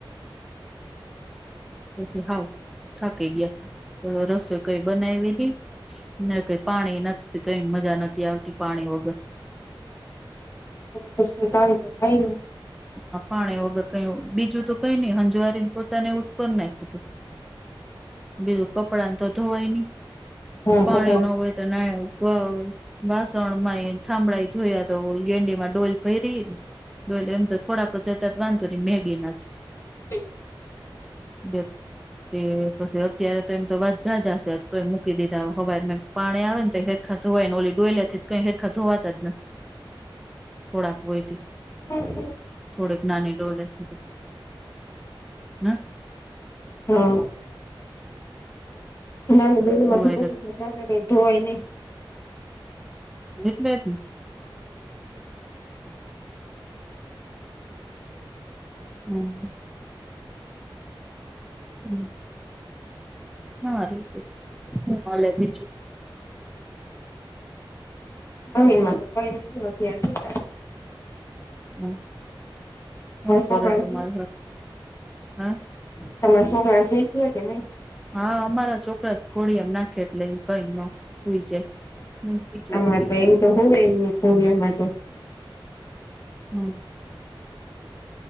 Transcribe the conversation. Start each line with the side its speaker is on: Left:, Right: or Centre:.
Centre: પછી હાવ થાકી ગયા તો રસોઈ કઈ બનાવીની. ના કઈ પાણી નથી કઈ મજા નથી આવતી પાણી વગર.
Left: ક તામ તો થાય ને.
Centre: હ પાણી વગર કઈ બીજું તો કઈ નઈ હંજવારીને પોતાને એવુંપ નાખીધું. બીજું કપડાને તો ધોવાય નહી,
Left: હા
Centre: પાણી
Left: કપડા
Centre: ન હોય. તો નાવ ક વાસણ માં એ થાંભળાઈ ધોયા તો ગેંડી માં ડોલ પરી, ને ડોલ એમ તો થોડાક જતા વાંધો રને મેગીના જ
Left: હ <inaudible>
Centre: બ <unintelligible> તે પછી અત્યારે તો એમ તો વાા જ હશે તો એ મૂકી દીજા, હવા પાણી આવે ને ખધવાય ને ઓલી ડોયલા થી કઈ ફેરખા ધોવાતા જ નથી, થોડાક હોયથી.
Left: હમ હમ <inaudible>
Centre: થોડીક નાની ડોલે છે તે, હમ.
Left: હ. નાની દોરી
Centre: હવારે
Left: માંથી પછી તો જં જ કઈ ધોવાય નહી.
Centre: મેબી હમ હમ હા ર હું હલે છું
Left: જમીન માં તો કઈ છેતાર સુધ
Centre: હમ હમ
Left: તમારા
Centre: કોરો
Left: છોકરા
Centre: તો મા હમ
Left: તમારે સો શીખ કે નહી
Centre: હા અમારા છોકરા કોડી એમ નાખે એટલે કઈ નઈ જાય બીજું
Left: આમાં
Centre: હુઈ
Left: તો
Centre: ગયો
Left: એમ તો હોવે કોલિયામાં તો
Centre: હમ
Left: <inaudible>